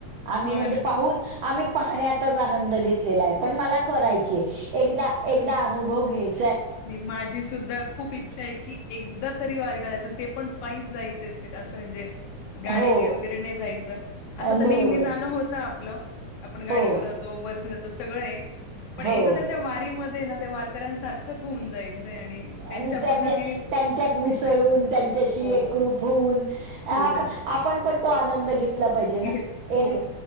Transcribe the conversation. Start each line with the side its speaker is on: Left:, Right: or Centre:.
Right: आम्ही
Left: हो
Right: म्हणजे पाहून, आम्ही पाहण्यातच आनंद घेतलेलाय. पण मला करायचीय. एकदा- एकदा
Left: ना
Right: अनुभव घ्याय
Left: माझी सुद्धा, खूप इच्छाय की, एकदा तरी वारीला जायच. ते पण पाईच जायचं, थेट. असं म्हणजे गाडीने
Right: हो
Left: वगैरे नाही जायचं. असं
Right: अं,
Left: तर
Right: बरोबर
Left: नेहमी
Right: आहे
Left: जाणं होत आपलं. आपण गाडी
Right: हो
Left: करुन तो. बसने जातो. सगळय. पण
Right: हो
Left: एकदा तरी त्या वारीमध्ये ना, त्या वारकऱ्यांसारखं खच होऊन जायचंय आणि
Right: अन् त्यांच्या-
Left: पद्धतीने
Right: त्यांच्यात मिसळून,
Left: जायचं.
Right: त्यांच्याशी
Left: हो,
Right: एकरूप होऊन.
Left: होऊनच
Right: आपण - आपण पण, तो आनंद घेतला पाहिजे ना.
Left: घेत
Right: एर
Left: हो,